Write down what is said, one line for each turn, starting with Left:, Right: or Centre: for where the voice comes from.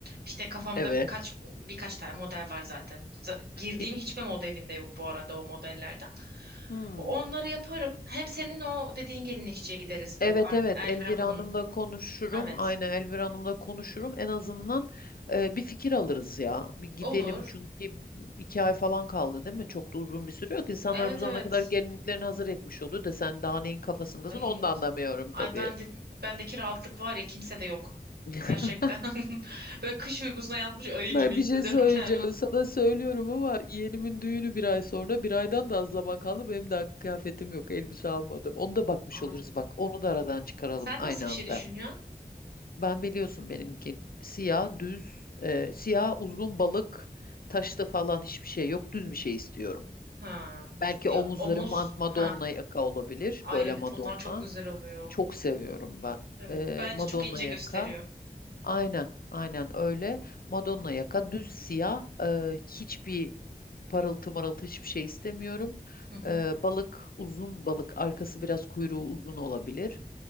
Right: İşte kafamda
Left: evet.
Right: kaç birkaç tane model var zaten. Z- girdiğim
Left: Ye-
Right: hiçbir modelinde yok bu arada o modellerden.
Left: Hmm.
Right: Onları yaparım. Hem senin o dediğin gelinlikçiye gideriz
Left: Evet
Right: bu Ar-
Left: evet Elvira
Right: Elvira Hanım'ın.
Left: Hanım'la konuşurum.
Right: Evet.
Left: Aynen Elvira Hanım'la konuşurum. En azından e, bir fikir alırız ya. Bir gidelim
Right: Olur.
Left: çünkü iki ay falan kaldı değil mi? Çok da uzun bir süre yok. İnsanlar
Right: Evet
Left: bu zamana
Right: evet.
Left: kadar gelinliklerini hazır etmiş oldu da sen daha neyin kafasındasın
Right: Ay,
Left: onu da anlamıyorum
Right: ay
Left: tabii.
Right: bende bendeki rahatlık var ya kimse de yok.
Left: <laughs>
Right: Gerçekten. <laughs> Böyle kış uykusuna yatmış ayı
Left: Ben
Right: gibi hissediyorum
Left: bir şey söyleyeceğim
Right: kendimi.
Left: sana söylüyorum ama yeğenimin düğünü bir ay sonra bir aydan da az zaman kaldı benim daha kıyafetim yok elbise almadım onu da bakmış
Right: Ay.
Left: oluruz bak onu da aradan çıkaralım
Right: Sen
Left: aynı
Right: nasıl bir şey
Left: anda.
Right: düşünüyorsun?
Left: Ben biliyorsun benimki siyah düz e, siyah uzun balık taşlı falan hiçbir şey yok düz bir şey istiyorum.
Right: Ha.
Left: Belki
Right: E,
Left: omuzları
Right: omuz.
Left: ma- Madonna
Right: Ha.
Left: yaka olabilir
Right: Ay
Left: böyle
Right: evet
Left: Madonna
Right: onlar çok güzel oluyor.
Left: çok seviyorum ben
Right: Evet.
Left: E,
Right: Bence
Left: Madonna
Right: çok ince
Left: yaka
Right: gösteriyor.
Left: aynen aynen öyle Madonna yaka düz siyah e, hiçbir parıltı marıltı hiçbir şey istemiyorum.
Right: Hı hı.
Left: E, balık uzun balık arkası biraz kuyruğu uzun olabilir.